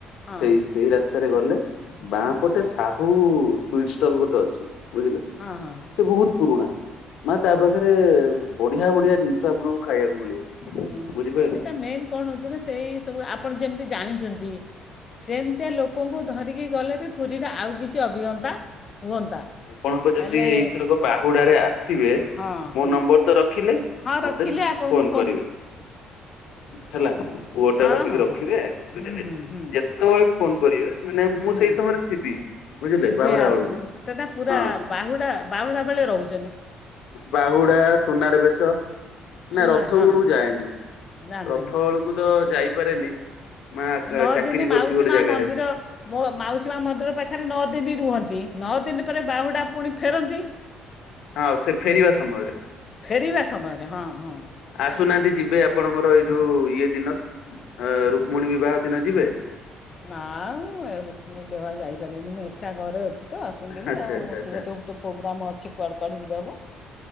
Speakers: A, on the left; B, on the left.
A: ହଁ ହଁ
B: ସେଇ ସେଇ ରାସ୍ତା ରାସ୍ତାରେ ଗଲେ ବାହାଁ ପଟେ ସାହୁ ସୁଇଟ ଷ୍ଟଲ ଗୋଟେ ଅଛି ବୁଝିଲେ?
A: ହଁ ହଁ।
B: ସେ ବହୁତ ପୁରୁଣା ମା ତା
A: ହଁ
B: ପାଖରେ ବଢିଆ ବଢିଆ ଜିନିଷ ଆପଣଙ୍କୁ ଖାଇବାକୁ ମିଳିବ।
A: ହୁଁ
B: ବୁଝିପାରିଲେ
A: ସେଟା ମେନ୍ କଣ ହଉଛି? ସେଇ ସବୁ ଆପଣ ଯେମିତି ଜାଣିଛନ୍ତି ସେମିତିଆ ଲୋକଙ୍କୁ ଧରିକି ଗଲେ ବି ପୁରୀରେ ଆଉ କିଛି ଅଭିଜ୍ଞତା ହୁଅନ୍ତା।
B: ଆପଣଙ୍କ ଯଦି
A: ହେଲେ
B: ଏଇଥରକ ବାହୁଡାରେ ଆସିବେ
A: ହଁ
B: ମୋ
A: ହୁଁ
B: ନମ୍ବର ତ ରଖିଲେ
A: ହଁ
B: ମତେ
A: ରଖିଲି ଆପଣଙ୍କୁ
B: ଫୋନ କରିବେ
A: ପୋ
B: ହେଲା ପୁଅଟା
A: ହଁ
B: ଭାବିକି
A: ହଁ
B: ରଖିବେ
A: ହଁ ହୁଁ
B: ବୁଝିଲେ
A: ହୁଁ
B: ଯେ
A: ହୁଁ
B: ଯେତେବେଳେ ଫୋନ କରିବେ ମାନେ ମୁଁ
A: ହୁଁ
B: ସେଇ ସମୟରେ ଥିବି ବୁଝିଲେ
A: ଥିବେ
B: ବାହୁଡା
A: ଆପଣ
B: ବେଳକୁ
A: ସେଟା ପୁରା
B: ହଁ
A: ବାହୁଡା ବାହୁଡା ବେଳେ ରହୁଛି।
B: ବାହୁଡା ସୁନାରେ ବେଶ।
A: ସୁନା
B: ନା ରଥ
A: ହଁ
B: ବେଳକୁ ଯାଏନି
A: ଯାଆନ୍ତିନି
B: ରଥ ବେଳକୁ ତ ଯାଇପାରେନି। ମା
A: ନଅ
B: ଚାକିରି
A: ଦିନି
B: କରିଛି
A: ମାଉସୀ
B: ଗୋଟେ
A: ମା
B: ଜାଗାରେ
A: ମନ୍ଦିର ମୋ ମାଉସୀ ମା ମନ୍ଦିର ପାଖରେ ନଅ ଦିନି ରୁହନ୍ତି ନଅ ଦିନି ପରେ ବାହୁଡ଼ା ପୁଣି ଫେରନ୍ତି।
B: ଆଉ ସେ ଫେରିବା ସମୟରେ।
A: ଫେରିବା ସମୟରେ ହଁ ହଁ
B: ଆସୁନାହାନ୍ତି ଯିବେ ଆପଣଙ୍କର ଏଇ ଯୋଉ ଇଏ ଦିନ ରୁକ୍ମଣୀ ବିବାହ ଦିନ ଯିବେ।
A: ନା ଆଉ ରୁକ୍ମଣୀ ବିବାହ ଯାଇପାରିବିନି ମୁଁ ଏକା ଘରେ ଅଛି। ତ ସିଙ୍ଗିଲି
B: ଆଚ୍ଛା
A: ଆଉ
B: ଆଚ୍ଛା ଆଚ୍ଛା
A: ଟିକେ ଟିକେ ତ ପ୍ରୋଗ୍ରାମ୍ ଅଛି କୁଆଡ଼େ କୁଆଡ଼େ ଯିବାକୁ?